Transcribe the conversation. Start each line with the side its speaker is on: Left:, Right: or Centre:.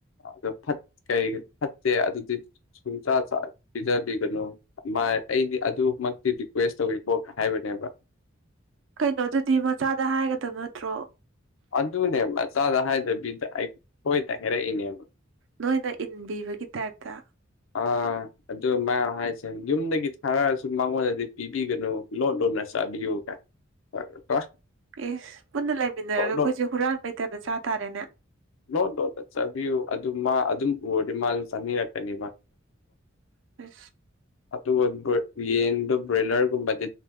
Left: ꯑꯗꯣ ꯐꯠ ꯀꯩ ꯐꯠꯇꯦ ꯑꯗꯨꯗꯤ ꯁꯨꯡꯆꯥꯥ ꯆꯥ ꯄꯤꯖꯕꯤꯒꯅꯨ ꯃꯥ ꯑꯩꯗꯤ ꯑꯗꯨꯃꯛꯇꯤ ꯔꯤꯀ꯭ꯋꯦꯁ ꯇꯧꯋꯤꯀꯣ ꯍꯥꯏꯕꯅꯦꯕ
Right: ꯀꯩꯅꯣꯗꯨꯗꯤ ꯃꯆꯥꯗ ꯍꯥꯏꯒꯗꯕ ꯅꯠꯇ꯭ꯔꯣ
Left: ꯑꯗꯨꯅꯦ ꯃꯆꯥꯗ ꯍꯥꯏꯗꯕꯤꯗ ꯑꯩꯈꯣꯏꯗ ꯍꯥꯏꯔꯛꯏꯅꯦꯕ
Right: ꯅꯣꯏꯅ ꯏꯟꯕꯤꯕꯒꯤ ꯇꯥꯏꯞꯇ
Left: ꯑꯥ ꯑꯗꯨ ꯃꯌꯥꯝ ꯍꯥꯏꯁꯦ ꯌꯨꯝꯗꯒꯤ ꯊꯥꯔꯛꯑꯁꯨ ꯃꯉꯣꯟꯗꯗꯤ ꯄꯤꯕꯤꯒꯅꯨ ꯂꯣꯠ ꯂꯣ ꯂ ꯆꯥꯕꯤꯌꯨ ꯒꯥꯢ <unintelligible>
Right: ꯑꯦꯁ ꯄꯨꯟꯅ ꯂꯩꯃꯤꯟꯅꯔꯒ
Left: ꯂꯣꯠ
Right: ꯑꯩꯈꯣꯏꯁꯦ ꯍꯨꯔꯥꯟꯕꯩ ꯇꯥꯞꯇ ꯆꯥ ꯇꯥꯔꯦꯅꯦ
Left: ꯂꯣꯠ ꯂꯣꯠꯂ ꯆꯥꯕꯤꯌꯨ ꯑꯗꯨꯝ ꯃꯥ ꯑꯗꯨꯝ ꯎꯔꯗꯤ ꯃꯥꯁꯨ ꯆꯥꯅꯤꯉꯛꯀꯅꯤ
Right: ꯑꯁ
Left: ꯑꯗꯨ ꯒꯨꯠ ꯌꯦꯟꯗꯣ ꯕ꯭ꯔꯣꯏꯂꯔꯒꯨꯝꯕꯗꯤ